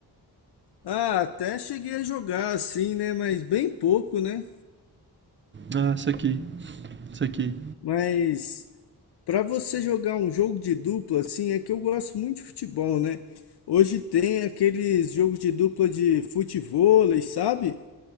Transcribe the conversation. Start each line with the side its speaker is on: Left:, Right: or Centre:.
Left: Ah, até cheguei a jogar assim, né? Mas bem pouco, né?
Right: Ah, isso aqui, isso aqui.
Left: Mas para você jogar um jogo de dupla, assim, é que eu gosto muito de futebol, né? Hoje tem aqueles jogos de dupla de futevôlei, sabe?